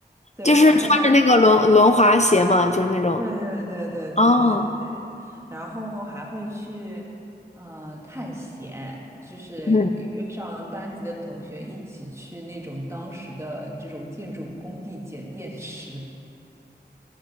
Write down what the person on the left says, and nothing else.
就是穿着那个轮轮滑鞋嘛，
就是那种。
哦，
嗯。